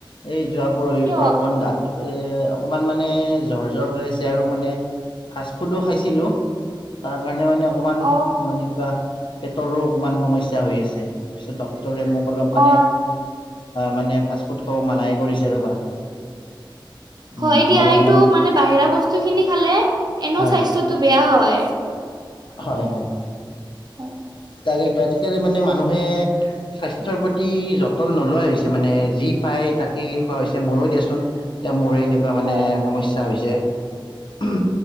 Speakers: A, on the left; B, on the right.
A: এই যোৱা পৰহিৰ
B: কিয়
A: পৰা অকণমান গাত অকণমান মানে জ্বৰ, জ্বৰ হৈ আছে আৰু মানে ফাষ্ট ফুডো খাইছিলোঁ। তাৰ কাৰণে মানে অকমান
B: অ
A: মানে কিবা পেটৰো অকণমান সমস্যা হৈ আছে, তাৰপিছত ডক্টৰে মোক অলপ
B: অ
A: মানে মানে ফাষ্টফুড খাব মানাই কৰিছে ৰ'বা। উম
B: হয় দিয়া,
A: অলপমান
B: এইটো মানে বাহিৰা বস্তু খিনি খালে এনে
A: হয়
B: স্বাস্থ্যটো বেয়া হয়।
A: হয়, হয়।
B: হয়।
A: কালি কালি আজিকালি মানে মানুহে স্বাস্থ্যৰ প্ৰতি যত'ন নোলোৱা হৈছে মানে যি পায় তাকে খোৱা হৈছে ময়ো দিয়াচোন। এতিয়া মোৰে এনেকুৱা মানে
B: হয়
A: সমস্যা হৈছে উ